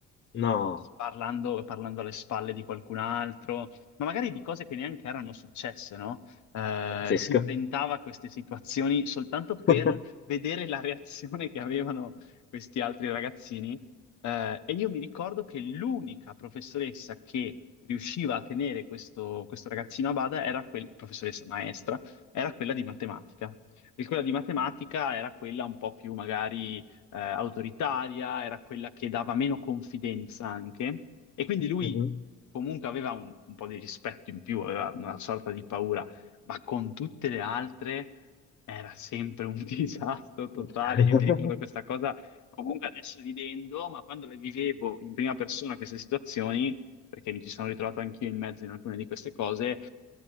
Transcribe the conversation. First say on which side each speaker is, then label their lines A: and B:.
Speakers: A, on the left; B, on the left.
A: No,
B: Parlando, parlando alle spalle di qualcun altro ma magari di cose che neanche erano successe, no? Eh,
A: pazzesco.
B: si inventava queste situazioni soltanto per
A: <laughs>
B: vedere la reazione che avevano questi altri ragazzini. Eh, e io mi ricordo che l'unica professoressa che riusciva a tenere questo, questo ragazzino a bada era quella, professoressa maestra, era quella di matematica. E quella di matematica era quella un po' più magari eh, autoritaria, era quella che dava meno confidenza anche, e quindi lui
A: Mhm.
B: comunque aveva un, un po' di rispetto in più, aveva una sorta di paura, ma con tutte le altre era sempre un <laughs> disastro totale.
A: <laughs>
B: Io mi ricordo questa cosa, comunque adesso ridendo, ma quando le vivevo in prima persona queste situazioni, perché mi ci sono ritrovato anch'io in mezzo in alcune di queste cose,